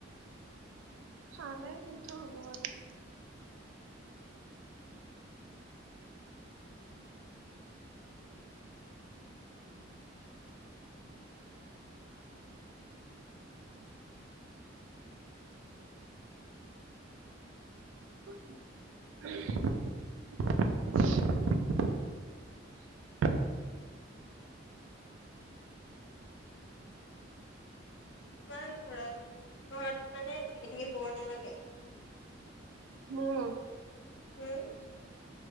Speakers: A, on the right; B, on the left.
A: ভালে কিন্তু <unintelligible> বাৰু <inaudible>
B: তোমাৰ ঘৰত, ঘৰত মানে থাকি-থাকি বৰ নালাগে?
A: মোৰ
B: উম